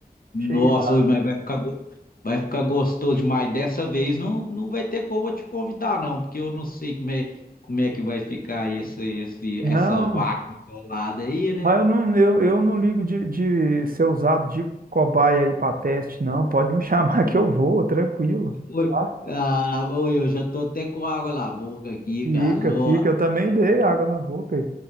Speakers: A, on the left; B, on the right.
A: Nossa,
B: Cheia d'água.
A: ui, mas vai ficar, go- vai ficar gostoso demais. Dessa vez não, não vai ter como eu te convidar, não, porque eu não sei como é, como é que vai ficar esse, esse,
B: Não,
A: essa vaca atolada aí,
B: mas
A: né?
B: eu não, eu, eu não ligo de, de ser usado de cobaia aí para teste, não. Pode me chamar <laughs> que eu vou, tranquilo.
A: Ui,
B: tá?
A: ah, ui, eu já tô até com água na boca aqui,
B: Fica,
A: cara. Nossa
B: fica. Eu também
A: Senhora.
B: dei água na boca aí.